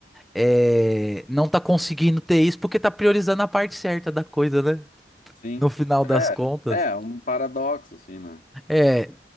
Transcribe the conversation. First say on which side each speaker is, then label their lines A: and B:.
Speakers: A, in the centre; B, on the left.
A: é, não tá conseguindo ter isso porque tá priorizando a parte certa da coisa, né?
B: Sim.
A: No final das contas,
B: É, é um paradoxo, assim, né?
A: é